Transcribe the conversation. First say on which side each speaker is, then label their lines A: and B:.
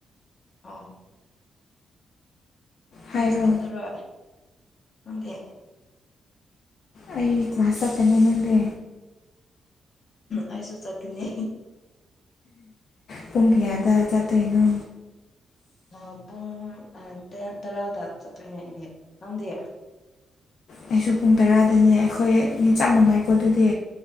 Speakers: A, on the left; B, on the left.
A: ꯑꯣ
B: ꯍꯥꯏꯔꯣ
A: ꯐꯥꯁ ꯇꯥꯗꯣꯏꯔꯣ ꯅꯪꯗꯤ
B: ꯑꯩ ꯀ꯭ꯂꯥꯁ ꯆꯠꯀꯅꯤ ꯅꯪꯗꯤ
A: ꯑꯩꯁꯨ ꯆꯠꯀꯅꯤ
B: ꯄꯨꯡ ꯀꯌꯥꯗ ꯆꯠꯇꯣꯏꯅꯣ
A: ꯑ ꯄꯨꯡ ꯑ ꯇꯔꯥ ꯇꯔꯥꯗ ꯆꯠꯇꯣꯏꯅꯦ ꯑꯩꯗꯤ ꯅꯪꯗꯤ
B: ꯑꯩꯁꯨ ꯄꯨꯡ ꯇꯔꯥꯗꯅꯦ ꯑꯈꯣꯏ ꯅꯤ ꯆꯞ ꯃꯥꯟꯅꯩꯀꯣ ꯑꯗꯨꯗꯤ